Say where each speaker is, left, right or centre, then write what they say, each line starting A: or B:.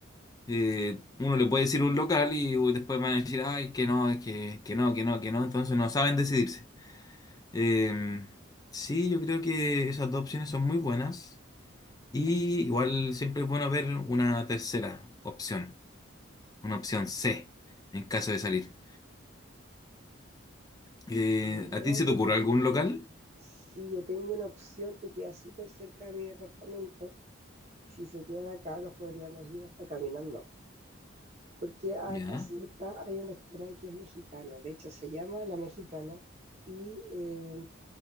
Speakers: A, on the left; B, on the right.
A: Eh, uno le puede decir un local y uy, después van a decir, ay, que no, es que, que no, que no, que no. Entonces no saben decidirse. Eh, sí, yo creo que esas dos opciones son muy buenas. Y igual siempre es bueno ver una tercera opción, una opción C, en caso de salir. Eh,
B: Si no,
A: ¿a ti se te
B: yo,
A: ocurre
B: ten-
A: algún local?
B: si yo tengo una opción que queda súper cerca de mi departamento, y si se quedan acá nos podríamos ir hasta caminando, porque acá
A: Ya,
B: cerca hay un restaurante que es mexicano, de hecho se llama La Mexicana, y eh,